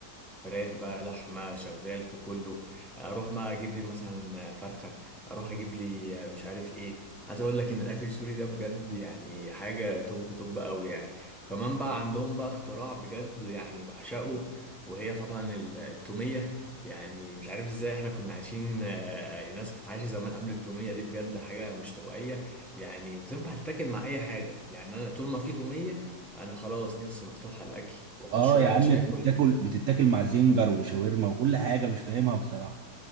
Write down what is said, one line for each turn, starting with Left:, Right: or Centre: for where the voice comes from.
Centre: فراخ بقى لحمة شغال في كله اروح بقى اجيب لي مثلا فرخة اروح اجيب لي مش عارف ايه عايز اقول لك ان الاكل السوري ده بجد يعني حاجة توب توب قوي يعني كمان بقى عندهم بقى اختراع بجد يعني بعشقه وهي طبعا ال- التومية يعني مش عارف ازاي احنا كنا عايشين آه، الناس كانت عايشة زمان قبل التومية دي بجد حاجة مش طبيعية يعني وتنفع تتاكل مع اي حاجة يعني انا طول ما في تومية انا خلاص نفسي مفتوحة على الاكل واخش
Right: اه
Centre: بقى
Right: يا
Centre: يا
Right: عم
Centre: باشا
Right: بتاكل
Centre: اكل
Right: بتتاكل مع زنجر وشاورما وكل حاجه مش فاهمها بصراحه